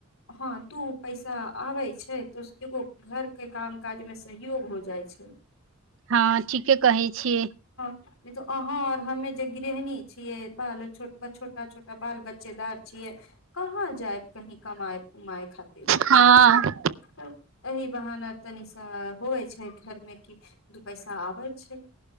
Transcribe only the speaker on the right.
हँ ठीके कहै छियै
हँ